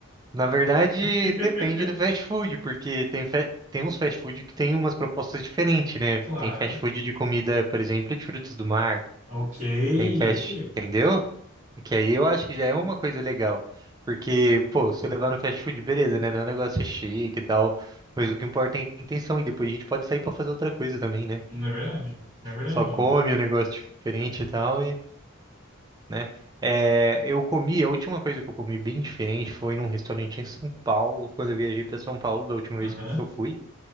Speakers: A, on the right; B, on the right.
A: Na verdade,
B: <laughs>
A: depende do fast food, porque tem, fa- tem uns fast food que tem umas propostas diferentes, né?
B: Claro.
A: Tem fast food de comida, por exemplo, de frutos do mar.
B: Ok,
A: Tem fast,
B: ok.
A: entendeu? Que aí eu acho que já é uma coisa legal. Porque, pô, se eu levar no fast food, beleza, né? Não é um negócio chique e tal. Mas o que importa é a intenção. E depois a gente pode sair pra fazer outra coisa também, né?
B: Não é verdade? Não é verdade,
A: Só come
B: gente.
A: um negócio diferente e tal né? É, eu comi, a última coisa que eu comi bem diferente foi num restaurante em São Paulo, quando eu viajei para São Paulo da última
B: Aham.
A: vez que eu fui.